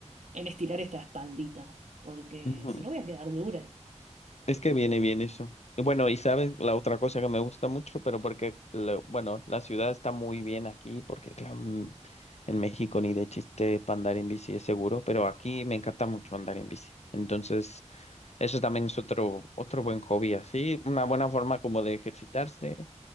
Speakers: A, on the right; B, on the left.
A: en estirar esta espaldita, porque
B: <laughs>
A: si no voy a quedar dura.
B: Es que viene bien eso. Y Bueno, y sabes, la otra cosa que me gusta mucho, pero porque, lo- bueno, la ciudad está muy bien aquí, porque claro, mm, en México ni de chiste para andar en bici es seguro, pero aquí me encanta mucho andar en bici. Entonces, eso también es otro, otro buen hobby, así, una buena forma como de ejercitarse